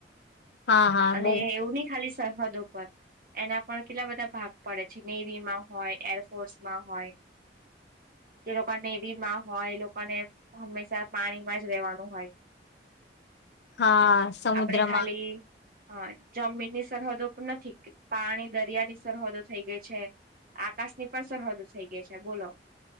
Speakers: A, on the left; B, on the right.
A: હા હા
B: અને
A: બહુ
B: એવું ની ખાલી સરહદો પર એના પર કેટલા બધા ભાગ પડે છે. નેવીમાં હોય, એરફોર્સમાં હોય. જે લોકો નેવી માં હોય એ લોકોને હંમેશા પાણીમાં જ રહેેવાનું હોય. <inaudible>
A: હા સમુદ્રમાં.
B: આપડે ખાલી હા જમીનની સરહદો પણ નથી. પાણી દરિયાની સરહદો થઈ ગઈ. છે. આકાશની પણ સરહદ થઈ ગઈ છે બોલો.